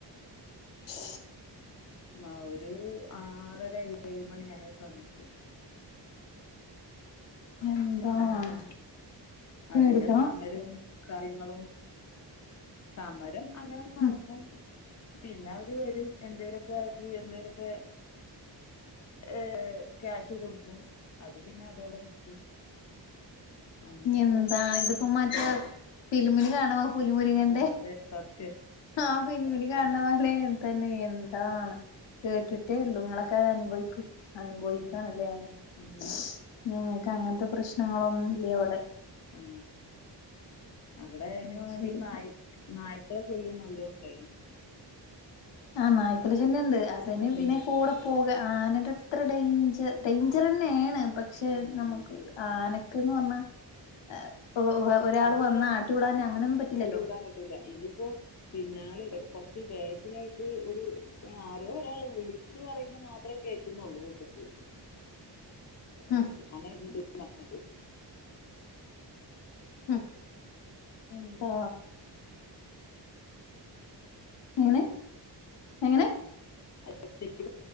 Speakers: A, on the left; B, on the left.
A: ശ്
B: ആ ഒരു ആറര ഏഴ് മണി ആയ സമയത്ത്
A: എന്താണ്
B: <unintelligible>
A: പേടിക്കണം
B: അതിന്റെ സമരവും കാര്യങ്ങളും സമരം അങ്ങനെ നടക്കും
A: ഉം
B: പിന്നെ അവര് വരും എന്തേലൊക്കെ ഒര് എന്തേലൊക്കെ ഏ ക്യാഷ് കൊടുക്കും അത് പിന്നെ അതോടെ നിക്കും അങ്ങനെ
A: എന്താ
B: പോവും
A: ഇതിപ്പോ മറ്റേ ഫിലിമില് കാണ പുലി മുരികന്റെ
B: ആ അതെ സത്യം
A: ആ പിന്നിൽ കാണണ മലേം തന്നെ എന്താണ് കേട്ടിട്ടേ ഉള്ളു ഇങ്ങളൊക്കെ അത് അനുഭവിക്കും അനുഭവിക്കണല്ലേ
B: അതെ ഉം
A: ശ് ഞങ്ങൾക്ക് അങ്ങനത്തെ പ്രശ്നങ്ങളൊന്നുംല്ല ഇവിടെ
B: ആ അവിടെ അയിന്
A: അത്
B: വേണ്ടി
A: ശരി
B: നായ് നായ് കളെ ശല്യം നല്ല ഉണ്ടല്ലോ
A: ആ നായ്ക്കള ശല്യണ്ട് അതന്
B: ഉം
A: പിന്നെ കൂടെ പോക ആനെടെത്ര ഡെഞ്ചർ ഡെഞ്ചറെന്ന്യാണ് പക്ഷെ
B: ആഹ് ആഹ്
A: നമുക്ക് ആന ക്ക്ന്ന് പറഞ്ഞ എ പ്പോ ഒരാൾ
B: അത്
A: വന്ന ആട്ടി വിടാനങ്ങനൊന്നും പറ്റില്ലല്ലോ
B: ആട്ടി വിടാൻ പറ്റൂല ഇതിപ്പോ പിന്നാലണ്ട് കുറച്ച് ബാക്കിലായിട്ട് ഒരു ആരോരാള് വിളിച്ചു പറയുന്നത് മാത്രേ കേൾക്കുന്നുള്ളൂ വീട്ട്ക്ക്
A: ഉം
B: <inaudible>
A: ഉം എന്താ എങ്ങനെ എങ്ങനെ
B: <inaudible>